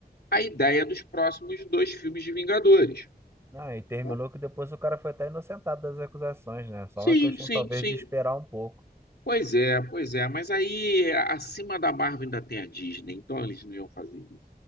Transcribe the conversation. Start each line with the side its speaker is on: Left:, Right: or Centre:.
Left: a ideia dos próximos dois filmes de Vingadores.
Right: Ah, e terminou
Left: né?
Right: que depois o cara foi até inocentado das acusações, né? Só
Left: Sim,
Right: uma questão,
Left: sim,
Right: talvez,
Left: sim.
Right: de esperar um pouco.
Left: Pois é, pois é. Mas aí, acima da Marvel ainda tem a Disney, então eles não iam fazer isso.